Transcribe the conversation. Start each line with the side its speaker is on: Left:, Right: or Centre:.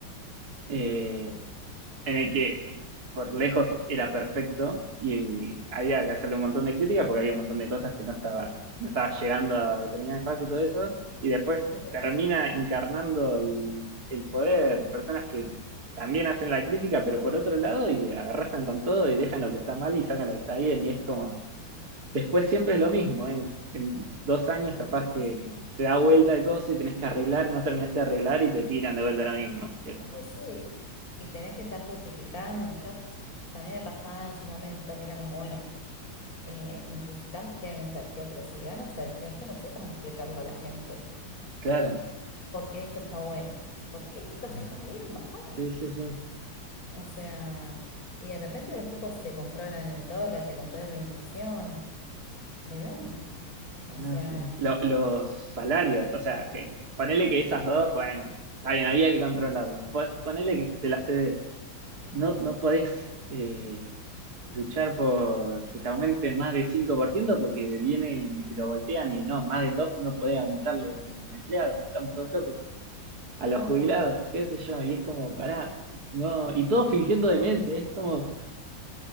Right: eh, en el que por lejos era perfecto y había que hacerle un montón de críticas porque había un montón de cosas que no estaba, no
Left: Sí,
Right: estaba llegando a determinado espacio y todo eso, y después
Left: por supuesto.
Right: termina encarnando el, el poder, personas que también hacen la crítica, pero por otro lado, y arrasan con todo y dejan lo que está mal y sacan lo que está bien, y es como, después siempre es lo mismo, ¿eh? es en dos años capaz
Left: Sí,
Right: que
Left: sí, sí,
Right: se da vuelta el coso y tenés que arreglar, no terminaste de arreglar y te tiran de vuelta lo mismo. Y es como,
Left: sí, sí. Y y tenés que estar justificando. Yo también me pasaba en su momento que era como, bueno. Eh, necesitamos que gane Sergio, pero si gana Sergio, yo no sé cómo explicarlo a la gente.
Right: claro,
Left: Porque esto está bueno. Porque esto es también un bajón.
Right: sí, sí, sí.
Left: O sea, y de repente los tipos te controlan el dólar, te controlan la inflación. ¿De dónde? O
Right: No,
Left: sea,
Right: sí. Lo- los salarios, o sea, que ponele que esas dos, bueno, está bien, había que controlarlas. Po- Ponele que te las cedes. No, no podés eh, luchar por que te aumenten más del 5% porque vienen y te lo voltean y no, más del 2 no podés aumentarle a los empleados. Estamos todos locos. A
Left: estamos
Right: los jubilados,
Left: todos-
Right: qué sé yo. Y es como, pará, no, y todos fingiendo demencia, es como,